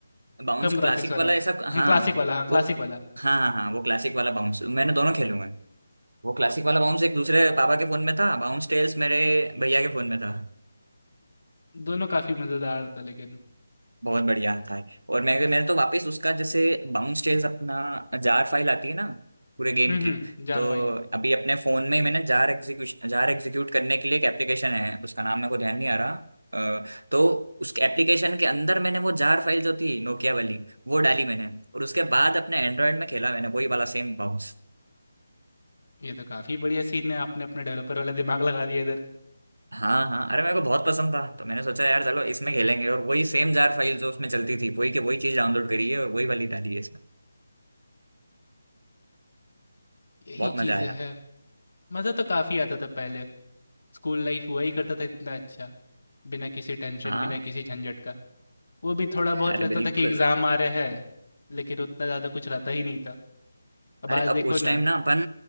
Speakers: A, on the right; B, on the left.
A: बाउंस
B: कम
A: क्लासिक
B: ग्राफिक्स वाला,
A: वाला ऐसा
B: हाँ
A: हाँ
B: क्लासिक वाला, हाँ
A: वो
B: क्लासिक वाला।
A: हाँ हाँ हाँ वो क्लासिक वाला बाउंस मैंने दोनों खेले हुए हैं वो क्लासिक वाला बाउंस एक दूसरे पापा के फोन में था बाउंस टेल्स मेरे भैया के फोन में था
B: दोनों काफ़ी मज़ेदार था लेकिन।
A: बहुत बढ़िया था और मैं मैंने तो वापस उसका जैसे बाउंस टेल्स अपना जार फाइल आती है ना पूरे गेम
B: हुँ,
A: की
B: हुँ, जार
A: तो
B: फ़ाइल।
A: अभी अपने फोन में ही मैंने जार एग्जीक्यूशन जार एग्जीक्यूट करने के लिए एक एप्लीकेशन है उसका नाम मेरे को ध्यान नहीं आ रहा अ, तो उस एप्लीकेशन के अंदर मैंने वो जार फाइल जो थी नोकिया वाली वो डाली मैंने और उसके बाद अपने एंड्रॉयड में खेला मैंने वही वाला सेम बाउंस
B: ये तो काफ़ी बढ़िया सीन है, आपने अपना डेवलपर वाला दिमाग लगा दिया इधर।
A: हाँ हाँ अरे मेरे को बहुत पसंद था तो मैंने सोचा यार चलो इसमें खेलेंगे और वही सेम जार फाइल जो उसमें चलती थी वही के वही चीज डाउनलोड करी है और वही वाली डाली है इसमें
B: यही
A: बहुत मजा
B: चीज़ें
A: आया
B: हैं। मज़ा तो काफ़ी आता था पहले। स्कूल लाइफ़ हुआ ही करता था इतना अच्छा, बिना किसी टेंशन,
A: हाँ
B: बिना किसी झंझट का। वो भी थोड़ा बहुत
A: अरे
B: लगता
A: बिल्कुल
B: था कि एग्ज़ाम आ रहे हैं, लेकिन उतना ज़्यादा कुछ रहता ही नहीं था। अब
A: अरे
B: आज
A: अब
B: देखो
A: उस टाइम
B: ना,
A: ना अपन